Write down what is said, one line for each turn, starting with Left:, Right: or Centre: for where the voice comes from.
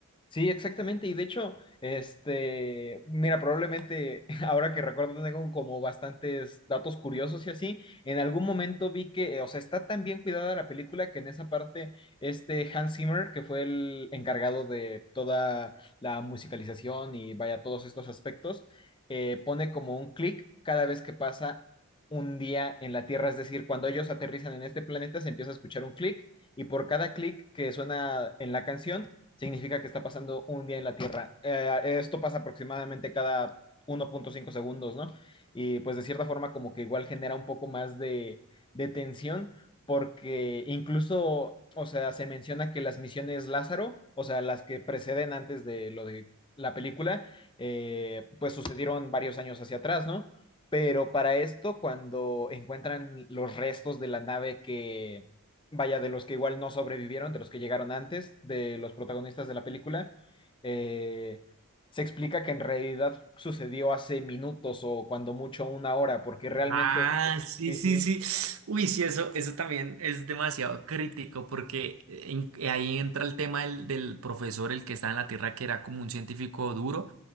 Left: Sí, exactamente. Y de hecho, este, mira, probablemente <laughs> ahora que recuerdo tengo como bastantes datos curiosos y así, en algún momento vi que, eh, o sea, está tan bien cuidada la película que en esa parte este Hans Zimmer, que fue el encargado de toda la musicalización y vaya todos estos aspectos, eh, pone como un clic cada vez que pasa un día en la Tierra. Es decir, cuando ellos aterrizan en este planeta se empieza a escuchar un clic y por cada clic que suena en la canción significa que está pasando un día en la Tierra. Eh, esto pasa aproximadamente cada 1.5 segundos, ¿no? Y pues de cierta forma como que igual genera un poco más de, de tensión porque incluso, o sea, se menciona que las misiones Lázaro, o sea, las que preceden antes de lo de la película, eh, pues sucedieron varios años hacia atrás, ¿no? Pero para esto, cuando encuentran los restos de la nave que, vaya, de los que igual no sobrevivieron, de los que llegaron antes, de los protagonistas de la película, eh, se explica que en realidad sucedió hace minutos o cuando mucho una hora, porque realmente,
Right: Ah, sí,
Left: sí,
Right: sí,
Left: sí,
Right: sí. Uy, sí, eso, eso también es demasiado crítico porque eh, en- eh, ahí entra el tema del, del profesor, el que está en la Tierra, que era como un científico duro,